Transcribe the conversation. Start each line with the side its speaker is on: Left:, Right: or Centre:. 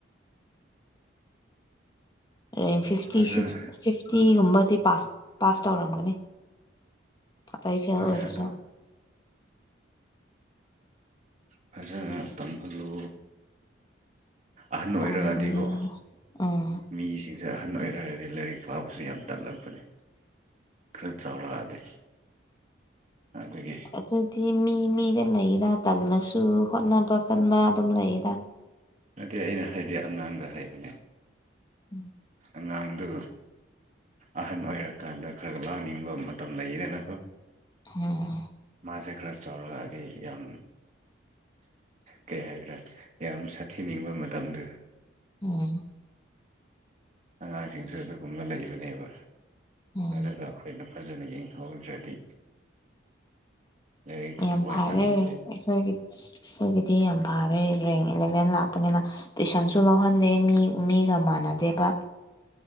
Left: ꯑ ꯐꯤꯐꯇꯤ
Right: ꯐꯖꯅ
Left: ꯁꯤꯛꯁ ꯐꯤꯐꯇꯤꯒꯨꯝꯕꯗꯤ ꯄꯥꯁ ꯄꯥꯁ ꯇꯧꯔꯝꯒꯅꯤ ꯑꯇꯩ ꯐꯦꯜ
Right: ꯐꯖꯅ
Left: ꯑꯣꯏꯔꯁꯨ
Right: ꯇꯧ ꯐꯖ ꯇꯝꯍꯜꯂꯨ ꯑꯍꯟ
Left: ꯇꯝꯍꯟꯒꯦ
Right: ꯑꯣꯏꯔꯛꯑꯗꯤꯀꯣ
Left: ꯎꯝ
Right: ꯃꯤꯁꯤꯡꯁꯦ ꯑꯍꯟ ꯑꯣꯏꯔꯛꯗꯤ ꯂꯥꯏꯔꯤꯛ ꯄꯥꯕꯁꯨ ꯌꯥꯝ ꯇꯠꯂꯛꯄꯅꯦ ꯈꯔ ꯆꯥꯎꯔꯛꯑꯗꯤ ꯑꯗꯨꯗꯒꯤ
Left: ꯑꯗꯨꯗꯤ ꯃꯤ ꯃꯤꯗ ꯂꯩꯔ ꯇꯜꯅꯁꯨ ꯍꯣꯠꯅꯕ ꯀꯟꯕ ꯑꯗꯨꯝ ꯂꯩꯔ
Right: ꯑꯗꯨꯗꯗꯤ ꯑꯩꯅ ꯍꯥꯏꯗꯤ ꯑꯉꯥꯡꯗ ꯍꯩꯕꯅꯦ
Left: ꯎꯝ
Right: ꯑꯉꯥꯡꯗꯨ ꯑꯍꯟ ꯑꯣꯏꯔꯀꯥꯟꯗ ꯈꯔ ꯂꯥꯡꯅꯤꯡꯕ ꯃꯇꯝ ꯂꯩꯗꯅꯀꯣ
Left: ꯑꯝ
Right: ꯃꯥꯁꯦ ꯈꯔ ꯆꯥꯎꯔꯛꯑꯗꯤ ꯌꯥꯝ ꯀꯩ ꯍꯥꯏꯕ꯭ꯔꯥ ꯌꯥꯝ ꯁꯥꯊꯤꯅꯤꯡꯕ ꯃꯇꯝꯗ
Left: ꯎꯝ
Right: ꯑꯉꯥꯡꯁꯤꯡꯁꯨ ꯑꯗꯨꯒꯨꯝꯕ ꯂꯩꯕꯅꯦꯕ
Left: ꯎꯝ
Right: ꯑꯗꯨꯒ ꯑꯩꯈꯣꯏꯅ ꯐꯖꯅ ꯌꯦꯡꯍꯧꯗ꯭ꯔꯗꯤ ꯂꯥꯏꯔꯤꯛꯇ
Left: ꯌꯥꯝ
Right: ꯊꯋꯥꯏ
Left: ꯐꯔꯦ
Right: ꯆꯪꯉꯔꯣꯏ
Left: ꯑꯩꯈꯣꯏꯒꯤ ꯑꯩꯈꯣꯏꯒꯤꯗꯤ ꯌꯥꯝ ꯐꯔꯦ ꯔꯦꯡ ꯏꯂꯚꯦꯟ ꯂꯥꯛꯄꯅꯤꯅ ꯇꯨꯏꯁꯟꯁꯨ ꯂꯧꯍꯟꯗꯦ ꯃꯤ ꯃꯤꯒ ꯃꯥꯟꯅꯗꯦꯕ